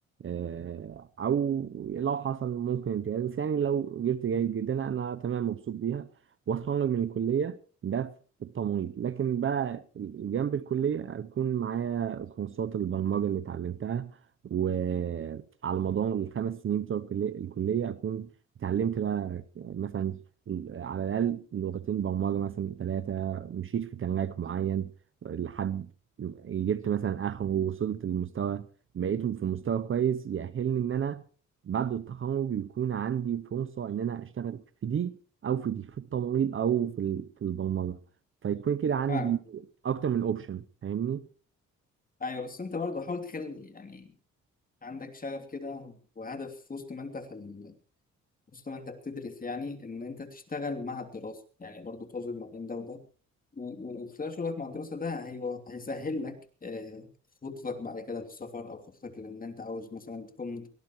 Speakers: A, on the right; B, on the left.
A: آه، او لو حصل ممكن امتياز بس يعني لو جبت جيد جدا انا تمام مبسوط بيها واتخرج من الكليه ده في التمريض لكن بقى جنب الكليه اكون معايا كورسات البرمجة اللي اتعلمتها وعلى مدار الخمس سنين بتوع الكلية الكلية أكون اتعلمت بقى مثلا على الأقل لغتين برمجة مثلا ثلاثة مشيت في تراك معين لحد جبت مثلا آخره ووصلت لمستوى بقيت في مستوى كويس يأهلني إن أنا بعد التخرج يكون عندي فرصة إن أنا أشتغل في دي أو في دي في التمريض أو في ال- في البرمجة فيكون كده عندي
B: فاهم
A: أكتر من أوبشن فاهمني؟
B: ايوه بس انت برضه حاول تخلي يعني عندك شغف كده وهدف في وسط ما انت في بص ما انت بتدرس يعني ان انت تشتغل مع الدراسة يعني برضو توازن ما بين ده وده و- و- وخلال شغلك مع الدراسة ده هي- هيسهل لك آه، خطتك بعد كده للسفر او خطتك لان انت عاوز مثلا تكون